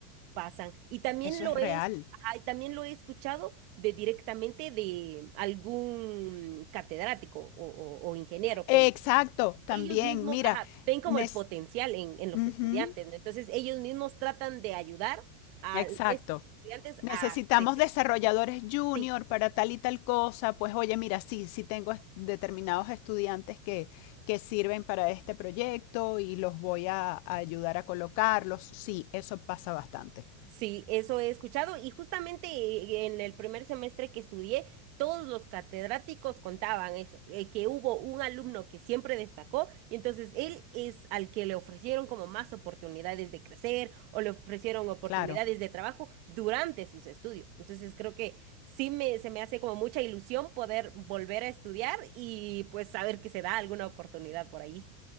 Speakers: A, on the right; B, on the left.
A: Pasan. Y también
B: eso
A: lo
B: es real.
A: es, ajá, y también lo he escuchado de directamente de algún catedrático o, o- o ingeniero
B: Exacto,
A: que
B: también,
A: ellos mismos,
B: mira,
A: ajá, ven como
B: nes-
A: el potencial en, en los
B: ujú,
A: estudiantes, ¿no? Entonces ellos mismos tratan de ayudar a
B: exacto.
A: estos estudiantes
B: Necesitamos
A: a crecer.
B: desarrolladores junior
A: Sí.
B: para tal y tal cosa. Pues oye, mira, sí, sí tengo est- determinados estudiantes que, que sirven para este proyecto y los voy a, a ayudar a colocarlos. Sí, eso pasa bastante.
A: Sí, eso he escuchado y justamente eh, en el primer semestre que estudié, todos los catedráticos contaban eso, eh, que hubo un alumno que siempre destacó y entonces él es al que le ofrecieron como más oportunidades de crecer o le ofrecieron oportunidades
B: Claro.
A: de trabajo durante sus estudios. Entonces creo que sí me, se me hace como mucha ilusión poder volver a estudiar y pues saber que se da alguna oportunidad por ahí.